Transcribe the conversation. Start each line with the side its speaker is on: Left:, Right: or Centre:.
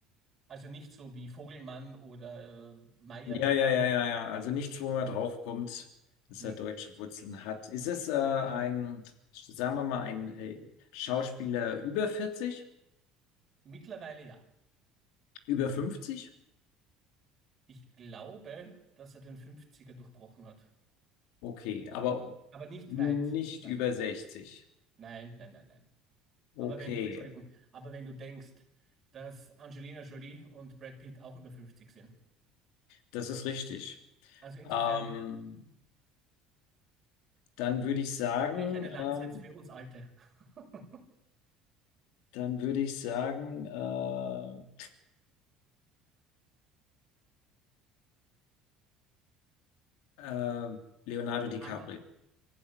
Right: Also nicht so wie Vogelmann oder Meier
Left: Ja,
Right: Müller.
Left: ja, ja, ja, ja. Also nichts, wo man draufkommt, dass
Right: Nö,
Left: er deutsche Wurzeln hat. Ist es äh, ein,
Right: nö, nö, nö.
Left: sagen wir mal, ein äh, Schauspieler über 40?
Right: Mittlerweile ja.
Left: Über 50?
Right: Ich glaube, dass er den Fünfziger durchbrochen hat.
Left: Okay, aber
Right: Aber nicht
Left: nicht
Right: weit, nicht weit.
Left: über 60.
Right: Nein, nein, nein, nein.
Left: Okay,
Right: Aber wenn du, Entschuldigung, aber wenn du denkst, dass Angelina Jolie und Brad Pitt auch über 50 sind.
Left: das ist richtig.
Right: Also insofern,
Left: Ähm, dann würde ich sagen,
Right: ich breche eine Lanze
Left: ähm,
Right: jetzt für uns Alte. <laughs>
Left: dann würde ich sagen, äh, äh, Leonardo DiCaprio.
Right: Marco,